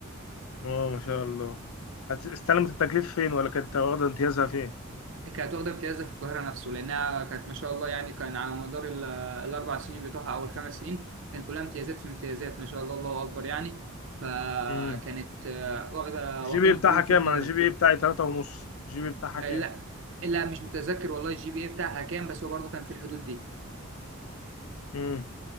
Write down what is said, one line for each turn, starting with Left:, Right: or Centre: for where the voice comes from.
Left: اه ما شاء الله هت- استلمت التكليف فين ولا كانت واخدة امتيازها فين؟
Right: كانت واخدة امتياز في القاهرة نفسه لأنها كانت ما شاء الله يعني كان على مدار ال- الأربع سنين بتوعها أو الخمس سنين كان كلها امتيازات في امتيازات ما شاء الله الله أكبر يعني فكانت
Left: امم
Right: آه، واخدة
Left: الجي
Right: واخداهم
Left: بي إيه بتاعها
Right: كلهم
Left: كام؟
Right: في القاهرة
Left: أنا الجي بي إيه بتاعي تلاتة ونص الجي بي إيه بتاعها كام؟
Right: آه، لا لا مش متذكر والله الجي بي اي بتاعها كام بس هو برضه كان في الحدود دي
Left: امم